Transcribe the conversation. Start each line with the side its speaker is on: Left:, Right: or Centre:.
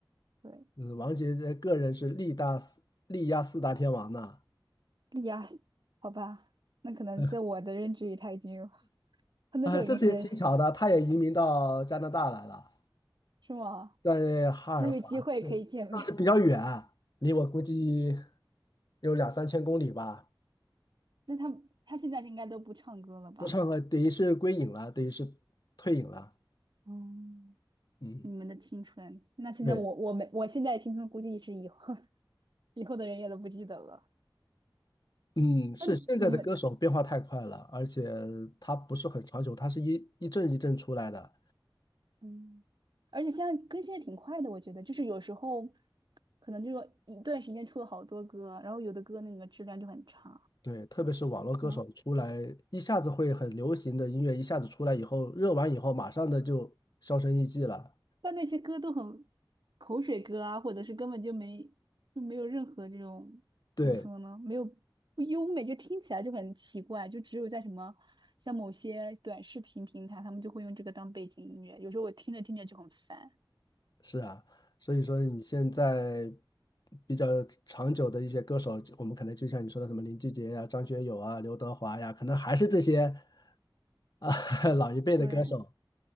Right: 对，
Left: 嗯，王杰这个人是力大四力压四大天王呢
Right: 莉亚，好吧，那可能在我的认知里，
Left: <laughs>。
Right: 他已经有，他那时候已经开始，
Left: 啊，这次也挺巧的，他也移民到加拿大来了。
Right: 是吗？
Left: 在哈尔法克，
Right: 那有机会可以见面。
Left: 但是比较远，离我估计有两三千公里吧。
Right: <laughs> 那他他现在应该都不唱歌了吧？
Left: 不唱歌，等于是归隐了，等于是退隐了。
Right: 嗯，
Left: 嗯
Right: 你们的青春，那现在我我们我现在的青春估计是以后
Left: 对，
Right: <laughs> 以后的人也都不记得了。
Left: 嗯，是现在的歌手变化太快了，
Right: 那你们
Left: 而且他不是很长久，他是一一阵一阵出来的。
Right: 嗯，而且现在更新的挺快的，我觉得就是有时候可能这说一段时间出了好多歌，然后有的歌那个质量就很差，
Left: 对，特别是网络歌手出来，
Right: 然后
Left: 一下子会很流行的音乐，一下子出来以后，热完以后，马上的就销声匿迹了。
Right: 但那些歌都很口水歌啊，或者是根本就没就没有任何这种怎么说呢，
Left: 对，
Right: 没有不优美，就听起来就很奇怪，就只有在什么像某些短视频平台，他们就会用这个当背景音乐，有时候我听着听着就很烦。
Left: 是啊，所以说你现在比较长久的一些歌手，我们可能就像你说的什么林俊杰呀、张学友啊、刘德华呀，可能还是这些啊 <laughs> 老一辈的歌手。
Right: 对，